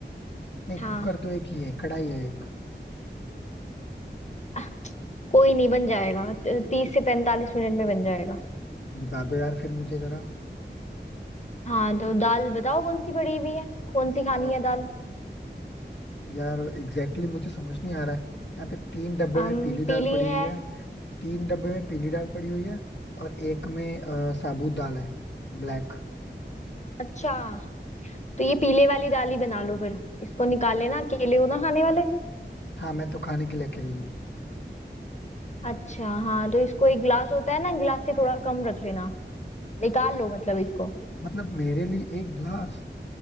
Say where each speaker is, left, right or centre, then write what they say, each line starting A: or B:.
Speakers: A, on the left; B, on the left.
A: नहीं
B: हाँ
A: कुकर तो एक ही है कढ़ाई है एक
B: अ, कोई नहीं बन जाएगा तीस से पैंतालीस मिनट में बन जाएगा
A: बता दो यार फिर मुझे जरा
B: हाँ तो दाल बताओ कौन सी पड़ी हुई है कौन सी
A: आ,
B: खानी है दाल
A: यार एग्जैक्टली exactly मुझे समझ नहीं आ रहा है यहाँ पे तीन डब्बे
B: अम
A: में पीली दाल
B: पीली
A: पड़ी
B: है
A: हुई है तीन डब्बे में पीली दाल पड़ी हुई है और एक में आ, साबुत दाल है ब्लैक
B: अच्छा तो ये पीले वाली दाल ही बना लो फिर इसको निकाल लेना केले हो ना खाने वाले
A: हाँ मैं तो खाने के लिए अकेले ही हूँ
B: अच्छा हाँ तो इसको एक गिलास होता है ना गिलास से थोड़ा कम रख लेना निकाल लो मतलब इसको
A: मतलब मेरे लिए एक गिलास